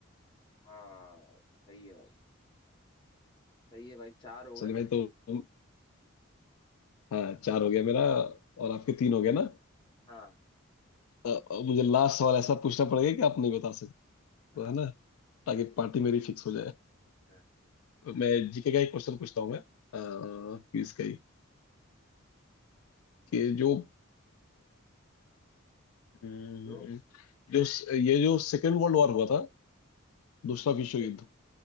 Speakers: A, on the left (about 20°); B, on the left (about 85°).
A: हाँ सही है भाई सही है भाई चार हो
B: चलिए
A: गए
B: भाई तो हाँ चार हो गया मेरा और आपके तीन हो गया ना
A: हाँ
B: अ, अ, मुझे लास्ट सवाल ऐसा पूछना पड़ेगा कि आप नहीं बता सकते
A: हाँ
B: है ना ताकि
A: हाँ
B: पार्टी मेरी फिक्स हो जाए
A: हाँ
B: मैं जीके का एक क्वेश्चन पूछता हूँ मैं अ, कि
A: पूछो
B: इसका ही कि जो हम्म,
A: जो
B: जो ये जो सेकेंड वर्ल्ड वॉर हुआ था दूसरा विश्व
A: से
B: युद्ध